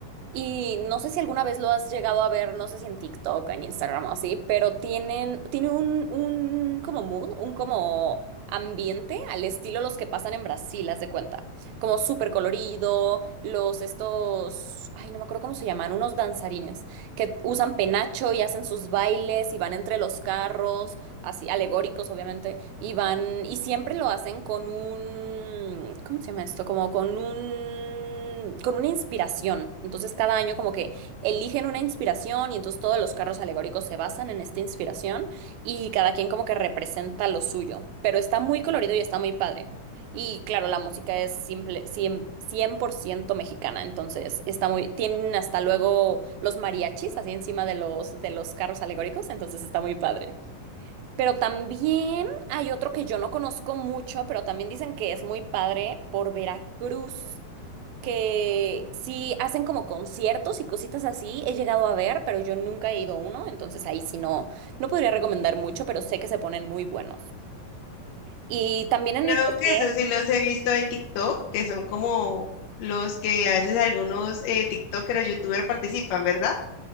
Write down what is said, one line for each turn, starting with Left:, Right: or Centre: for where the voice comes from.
Right: Y no sé si alguna vez lo has llegado a ver, no sé si en TikTok, en Instagram o así, pero tienen, tiene un, un como mood, un como ambiente al estilo los que pasan en Brasil, haz de cuenta. Como súper colorido, los estos, ay, no me acuerdo cómo se llaman, unos danzarines que usan penacho y hacen sus bailes y van entre los carros así alegóricos, obviamente, y van, y siempre lo hacen con un, ¿cómo se llama esto? Como con un, con una inspiración. Entonces, cada año como que eligen una inspiración y entonces todos los carros alegóricos se basan en esta inspiración y cada quien como que representa lo suyo, pero está muy colorido y está muy padre. Y claro, la música es simple, cien cien por ciento mexicana, entonces está muy, tienen hasta luego los mariachis así encima de los de los carros alegóricos, entonces está muy padre. Pero también hay otro que yo no conozco mucho, pero también dicen que es muy padre por Veracruz, que sí hacen como conciertos y cositas así. He llegado a ver, pero yo nunca he ido a uno, entonces ahí sí no, no podría recomendar mucho, pero sé que se ponen muy buenos. Y también en
Left: Creo
Right: el que esté,
Left: que eso sí los he visto en TikTok, que son como los que a veces algunos eh, TikTokers o YouTubers participan, ¿verdad?